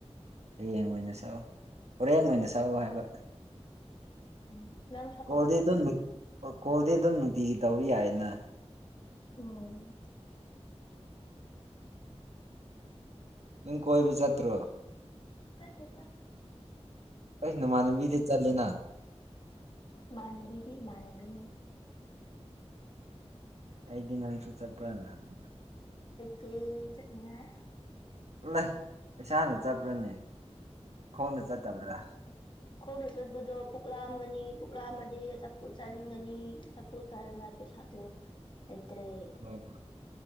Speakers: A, on the right; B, on the left.
A: ꯍꯌꯦꯡ ꯑꯣꯏꯅ ꯁꯛꯑꯣ ꯍꯣꯔꯦꯟ ꯑꯣꯏꯅ ꯁꯛꯑꯣ ꯍꯥꯏꯕ
B: ꯎꯝ ꯅꯪ ꯁꯛꯑꯣ
A: ꯀꯣꯜꯗꯤ ꯑꯗꯨꯝ ꯅꯨꯡ ꯀꯣꯜꯗꯤ ꯑꯗꯨꯝ ꯅꯨꯡꯇꯤꯒꯤ ꯇꯧꯕ ꯌꯥꯏꯅ
B: ꯎꯝ
A: ꯅꯪ ꯀꯣꯏꯕ ꯆꯠꯇ꯭ꯔꯣ
B: ꯆꯠꯇꯦꯇ
A: ꯑꯩꯠ ꯅꯃꯥꯟꯅꯕꯤꯗꯤ ꯆꯠꯂꯦꯅ
B: ꯢꯃꯥꯟꯅꯕꯤꯒꯤ ꯏꯃꯥꯟꯅꯕꯤꯅꯦ
A: ꯑꯩꯗꯤ ꯅꯪꯁꯨ ꯆꯠꯄ꯭ꯔꯥꯅ ꯍꯪꯕ
B: ꯇꯦ ꯆꯠꯅꯤꯉꯥꯏ
A: ꯢꯃꯥ ꯅꯁꯥꯅ ꯆꯠꯄ꯭ꯔꯣꯅꯦ ꯈꯣꯡꯅ ꯆꯠꯇꯕ꯭ꯔꯥ
B: ꯈꯣꯡꯅ ꯆꯠꯄꯗꯣ ꯄꯨꯛꯂꯥꯝꯒꯅꯤ ꯄꯨꯛꯂꯥꯝꯃꯗꯤ ꯑꯆꯥꯄꯨꯠ ꯆꯥꯅꯤꯡꯒꯅꯤ ꯆꯥꯄꯣꯠ ꯆꯔꯥꯉꯥꯏ ꯄꯩꯁꯥꯗꯣ ꯂꯩꯇꯔꯦ
A: ꯑꯣ